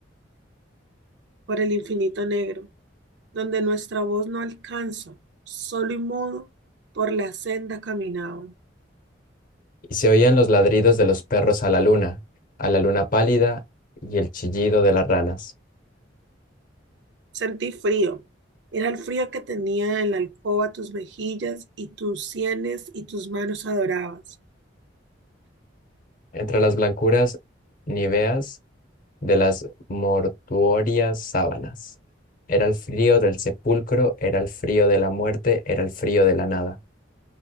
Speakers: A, on the right; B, on the left.
A: por el infinito negro, donde nuestra voz no alcanza, solo y mudo, por la senda caminaban.
B: y se oían los ladridos de los perros a la luna, a la luna pálida y el chillido de las ranas,
A: Sentí frío, era el frío que tenía en la alcoba tus mejillas y tus sienes y tus manos adorabas,
B: entre las blancuras niveas de las mortuorias sábanas. Era el frío del sepulcro, era el frío de la muerte, era el frío de la nada.